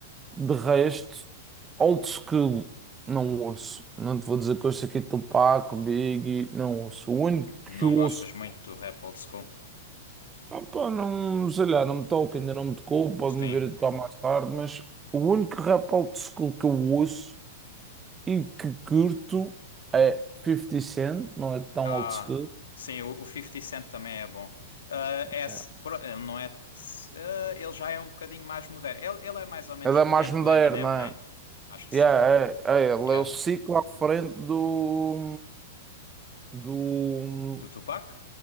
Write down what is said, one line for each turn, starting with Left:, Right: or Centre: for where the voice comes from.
Right: de resto, old school, não ouço. Não te vou dizer que ouço aqui Tupac, Biggie, não ouço. O único
Left: Não
Right: que ouço,
Left: gostas muito do rap old school?
Right: ah, pá, não, sei lá, não me toca, ainda não me tocou, pode-me
Left: Sim.
Right: vir a tocar mais tarde, mas o único rap old school que eu ouço e que curto é fifty Cent, não é tão
Left: Ah,
Right: old school.
Left: sim, o, o 50 Cent também é bom. Ah, é, s-
Right: É
Left: pro- ele não é. t- ah, ele já é um bocadinho mais moderno. Ele, ele é mais ou menos
Right: É da
Left: do
Right: mais
Left: tempo
Right: moderna,
Left: do Eminem, né? Acho que
Right: Yeah,
Left: sim.
Right: é, é, ele
Left: Yeah.
Right: é o ciclo à frente do, do,
Left: Do Tupac?